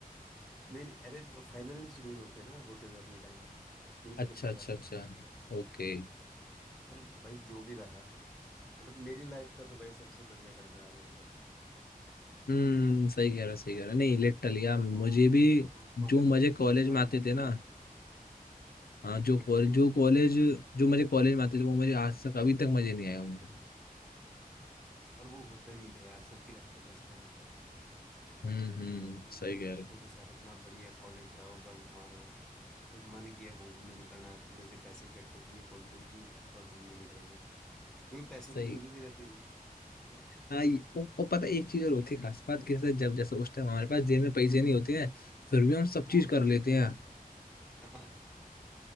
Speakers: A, in the centre; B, on the left.
A: नहीं नहीं अरे फाइनल नहीं शेड्यूल होते ना होते थे अपने टाइम में यही तो
B: अच्छा
A: चक्कर
B: अच्छा
A: था
B: अच्छा ओके
A: पर भाई जो भी रहा मतलब मेरी लाइफ का तो भाई सबसे बढ़िया टाइम रहा मेरे कॉलेज का
B: हम्म सही कह रहा सही कह रहा नहीं लिटरली
A: भाई
B: यार
A: वो
B: मुझे भी
A: दोस्तों
B: जो
A: के
B: मजे कॉलेज
A: दोस्तों
B: में
A: के
B: आते
A: साथ
B: थे
A: अपना
B: ना हाँ जो
A: बढ़िया
B: कॉलेज
A: घूमना
B: जो कॉलेज जो मजे कॉलेज में आते थे वो मुझे आज तक अभी तक मजे नहीं आए मुझे
A: और वो होता भी है यार सबकी लाइफ का बेस्ट टाइम होता है
B: हम्म हम्म
A: मतलब
B: सही कह
A: दोस्तों
B: रहे हो।
A: के साथ अपना बढ़िया कॉलेज जाओ बंक मारो फिर मन किया घूमने निकलना थोड़े से पैसे इकट्ठे किए कॉन्ट्री की और घूमने निकल गए क्योंकि पैसों
B: सही
A: की तंगी भी रहती थी तो
B: हाँ ये वो, वो पता है एक चीज और होती है खास बात कैसे जब जैसे उस टाइम हमारे पास जेब में पैसे नहीं होते हैं फिर भी हम सब
A: वो
B: चीज कर
A: वही
B: लेते
A: था ना
B: हैं
A: <laughs> हाँ,